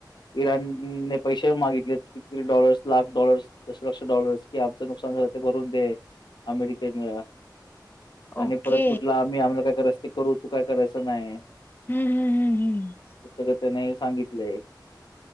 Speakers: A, on the left; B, on the left.
A: इराणने पैसे मागितले कि डॉलर्स लाख डॉलर्स दशलक्ष डॉलर्स कि आमचं नुकसान झालं ते भरून दे अमेरिकेला आणि
B: ओके
A: परत कुठला आम्ही आम्हाला काय करत ते करू तू काय करायचं नाही
B: हम्म हम्म हम्म हम्म
A: सगळं त्याने सांगितलंय